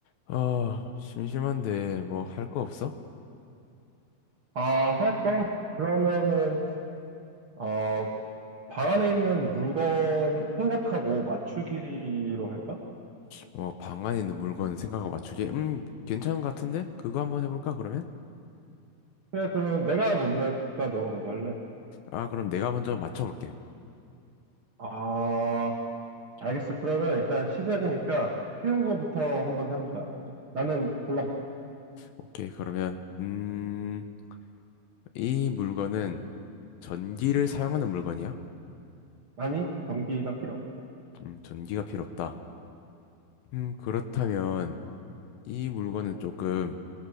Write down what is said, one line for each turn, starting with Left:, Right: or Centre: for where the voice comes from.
Left: 아, 심심한데 뭐 할 거 없어?
Right: 아, 할 거? 그러면은, 어, 방 안에 있는 물건 생각하고 맞추기로 할까?
Left: 뭐 방 안에 있는 물건 생각하고 맞추기. 음, 괜찮은 것 같은데? 그거 한번 해볼까 그러면?
Right: 그래, 그러면 내가 먼저 할까? 너가 먼저 할래?
Left: 아, 그럼 내가 먼저 맞춰볼게.
Right: 아, 알겠어. 그러면 일단 시작이니까 쉬운 거부터 한번 해보자. 나는 골랐어.
Left: 오케이, 그러면 음, 이 물건은 전기를 사용하는 물건이야?
Right: 아니, 전기가 필요 없어.
Left: 음, 전기가 필요 없다. 음, 그렇다면 이 물건은 조금